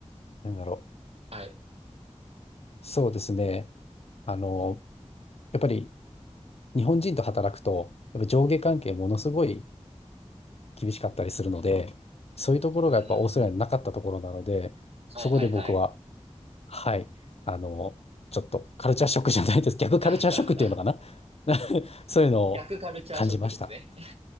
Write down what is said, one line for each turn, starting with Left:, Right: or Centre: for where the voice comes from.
Left: なんだろ
Right: はい。
Left: う。そうですね。あの、やっぱり日本人と働くと、やっぱ上下関係ものすごい厳しかったりするので、そういうところがやっぱオーストラリアになかったところなので、
Right: うんうんうん。はいはいはい。
Left: そこで僕は、はい、あの、ちょっとカルチャーショックじゃないです。逆カルチャーショックっていうのかな
Right: <laughs>
Left: <laughs> そういうのを感じました。
Right: 逆カルチャーショックですね。